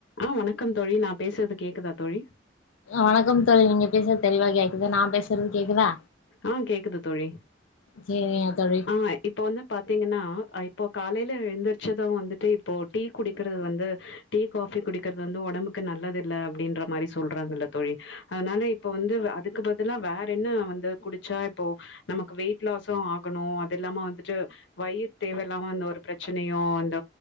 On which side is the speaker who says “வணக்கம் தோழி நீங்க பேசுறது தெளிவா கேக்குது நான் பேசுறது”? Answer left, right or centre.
Left